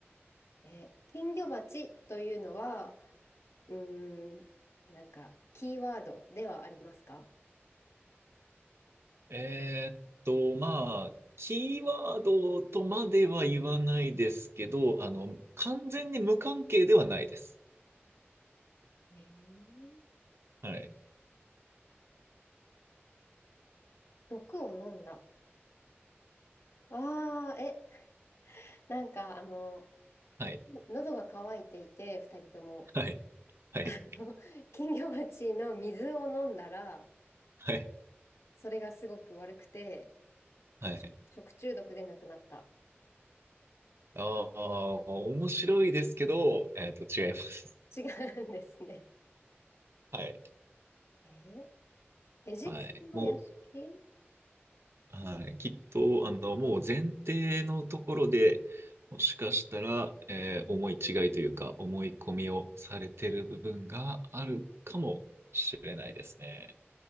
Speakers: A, on the left; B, on the right.
A: え金魚鉢というのは、うーん、なんか、キーワードではありますか
B: えーっと、まあ、キーワードとまでは言わないですけど、あの、完全に無関係ではないです。
A: えー、
B: はい。
A: 毒を飲んだ。ああ、え、なんか、あの、
B: はい。
A: 喉が渇いていて、二人とも。
B: はい。はい。
A: <laughs> の金魚鉢の水を飲んだら、
B: はい。
A: それがすごく悪くて、
B: はい。
A: し食中毒で亡くなった。
B: ああ、面白いですけど、えーっと、
A: はい。
B: 違います。
A: 違うんですね。
B: はい。
A: えーエジプトの屋敷
B: はい。もう、はい、きっと、あの、もう前提のところで、もしかしたら、えー思い違いというか、思い込みをされてる部分があるかもしれないですね。